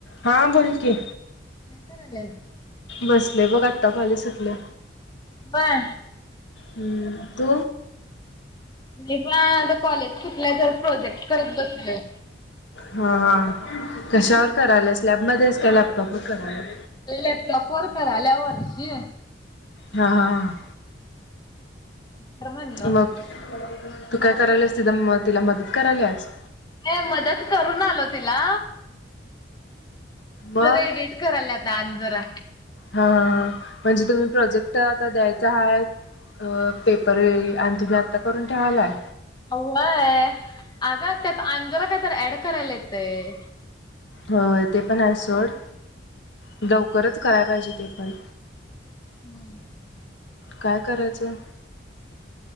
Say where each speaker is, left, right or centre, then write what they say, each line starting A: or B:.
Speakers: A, on the left; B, on the left.
A: हा बोल की
B: काय कराल्यास
A: बसलोय बघ आता कॉलेज सुटल
B: होय
A: हम्म तू
B: मी पण आता कॉलेज सुटलंय जरा प्रोजेक्ट करत बसलोय
A: हा कशावर कराल्यास लॅब मध्ये आहेस काय लॅपटॉप वर कराल्यास
B: लॅपटॉप वर कराल्या वर्षी
A: हा -हा- हा
B: कर म्हणलो
A: मग तू काय कराल्यास तिथं मग तिला मदत कराल्यास
B: नाही मदत करून आलो तिला
A: मग
B: जरा एडिट कराल्या आत्ता आणि जरा
A: हा -हा -हा म्हणजे तुम्ही प्रोजेक्ट आता द्यायचा हाय अ पेपर वेळी आणि तुम्ही आत्ता करून ठेवालाय
B: होय अग त्यात आणि जरा कायतर ऍड करायला येतय
A: होय ते पण हायच सोड लवकरच करायला पाहिजे ते पण
B: हं
A: काय करायचं